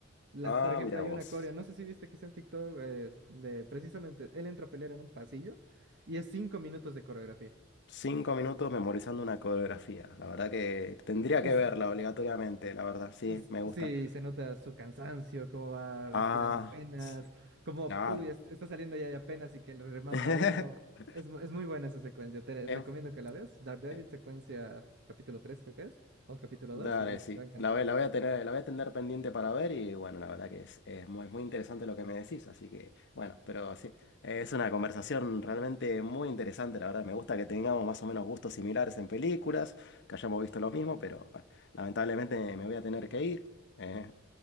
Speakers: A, on the right; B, on the left.
A: La,
B: Ah,
A: por ejemplo,
B: mira
A: hay
B: vos.
A: una coreo, no sé si viste quizá en TikTok, eh, de precisamente, él entra a pelear en un pasillo y es cinco minutos de coreografía.
B: Cinco minutos memorizando una coreografía. La verdad que tendría
A: Y
B: que
A: s-
B: verla obligatoriamente, la verdad. Sí,
A: s-
B: me gusta.
A: sí, se nota su cansancio, cómo va respirando
B: Ah,
A: apenas,
B: sí,
A: cómo
B: claro.
A: uy, es- está saliendo ya y apenas y que le remata
B: <laughs>
A: a uno. Es, mu- es muy buena esa secuencia, te
B: Em,
A: recomiendo que la veas. Daredevil,
B: eh,
A: secuencia capítulo 3 creo que es, o capítulo
B: Dale,
A: 2 y uy,
B: sí.
A: te va a encantar.
B: La voy, la voy a tener, la voy a tener pendiente para ver y bueno, la verdad que es, es muy, muy interesante lo que me decís, así que bueno, pero sí, es una conversación realmente muy interesante, la verdad. Me gusta que tengamos más o menos gustos similares en películas, que hayamos visto lo mismo, pero bueno, lamentablemente me voy a tener que ir. eh.